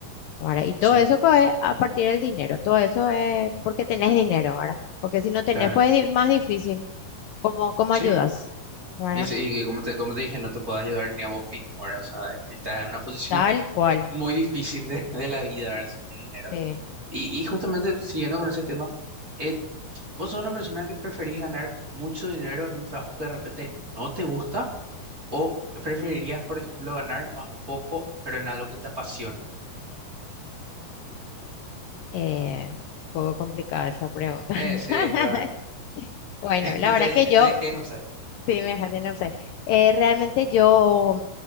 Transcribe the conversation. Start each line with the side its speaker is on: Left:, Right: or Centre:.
Left: ¿verdad? Y todo
Right: sí,
Left: eso co- es a partir del dinero, todo eso es porque tenés dinero, ¿verdad? Porque si no
Right: claro,
Left: tenés, pues es di- más difícil. ¿Cómo, cómo
Right: sí.
Left: ayudas? ¿Verdad?
Right: Y, sí, y como te, como te dije, no te podés ayudar ni a vos mismo, ¿verdad? O sea, estás en una posición
Left: Tal cual.
Right: muy difícil de, de la vida, ¿verdad? Si no hay dinero.
Left: Sí.
Right: Y, y justamente siguiendo con ese tema, eh, ¿vos sos una persona que preferís ganar mucho dinero en un trabajo que de repente no te gusta o preferirías, por ejemplo, ganar más poco, pero en algo que te apasiona?
Left: Eh, un poco complicada esa pregunta.
Right: Eh, sí,
Left: <laughs>
Right: está. <laughs>
Left: Bueno,
Right: Este,
Left: la verdad que yo
Right: este es Gen of Sai.
Left: Sí, me dejaste en offside. Eh, realmente yo